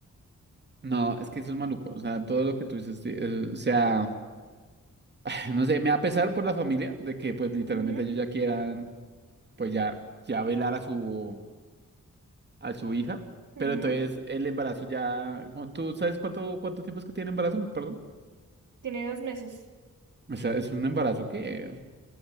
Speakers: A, on the right; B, on the right.
A: No, es que eso es maluco. O sea, todo lo que tú dices, sí, es- o sea, <sighs> no sé, me va a pesar por la familia de que pues literalmente
B: Ujú,
A: ellos ya quieran, pues ya, ya velar a su... a su hija,
B: ujú.
A: pero entonces el embarazo ya, cu- ¿tú sabes cuánto, cuánto tiempo es que tiene embarazo? Perdón.
B: Tiene dos meses.
A: O sea, es un embarazo que